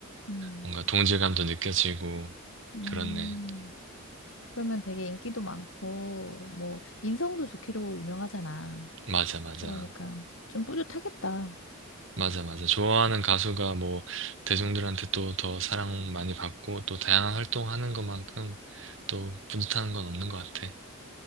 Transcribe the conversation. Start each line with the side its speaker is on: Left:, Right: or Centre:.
Left: 음,
Right: 뭔가 동질감도 느껴지고
Left: 음.
Right: 그렇네.
Left: 그러면 되게 인기도 많고, 뭐, 인성도 좋기로 유명하잖아.
Right: 맞아, 맞아.
Left: 그러니까 좀 뿌듯하겠다.
Right: 맞아, 맞아. 좋아하는 가수가 뭐 대중들한테 또 더 사랑 많이 받고 또 다양한 활동하는 것만큼 또 뿌듯한 건 없는 것 같아.